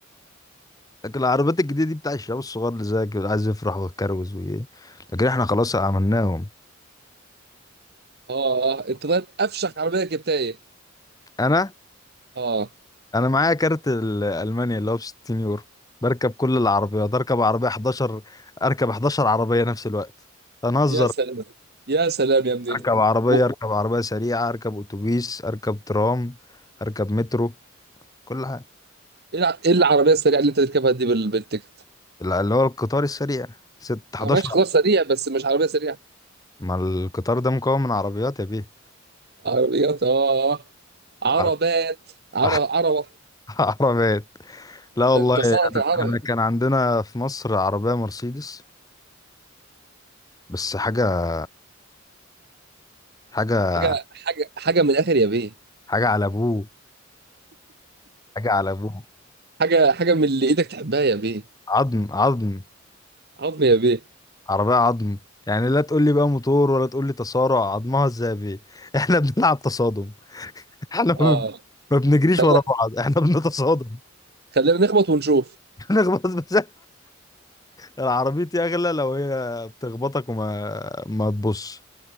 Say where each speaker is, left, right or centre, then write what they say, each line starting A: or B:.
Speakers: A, on the left (about 20°); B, on the right (about 55°).
A: لكن العربيات الجديده دي بتاع الشباب الصغار اللي زيك اللي عايز يفرح ويتكروز وايه لكن احنا خلاص عملناهم
B: اه اه انت طيب افشخ عربيه جبتها ايه
A: انا
B: اه
A: انا معايا كارت ال- المانيا اللي هو ب 60 يورو بركب كل العربيات اركب عربيه 11 اركب 11 عربيه نفس الوقت هنهزر
B: يا سلام يا سلام يا ابني
A: اركب عربيه
B: و-
A: اركب عربيه سريعه اركب اتوبيس اركب ترام اركب مترو كل حاجه
B: ايه الع- ايه العربيه السريعه اللي انت تركبها دي بال- بالتيكت
A: ال- اللي هو القطار السريع ست 11
B: آه، ماشي خلاص سريع بس مش عربيه سريعه
A: ما القطار ده مكون من عربيات يا بيه
B: عربيات اه عربات
A: ع-
B: عر...
A: <laughs>
B: عربة
A: عربيات لا والله
B: ده انت صنعة
A: انا
B: العربي
A: انا كان عندنا في مصر عربيه مرسيدس بس حاجه حاجه
B: حاجة حاجة حاجة من الآخر يا بيه
A: حاجه على ابوه حاجه على ابوه
B: حاجة حاجة من اللي ايدك تحبها يا بيه
A: عظم عظم
B: عظم يا بيه
A: عربية عظم يعني لا تقول لي بقى موتور ولا تقول لي تصارع عظمها الذهبي <laughs> احنا بنلعب تصادم احنا ما
B: اه
A: بن- ما بنجريش
B: خلينا
A: ورا بعض احنا بنتصادم
B: خلينا نخبط ونشوف
A: <laughs> نخبط بس العربيتي اغلى لو هي بتخبطك وما ما تبص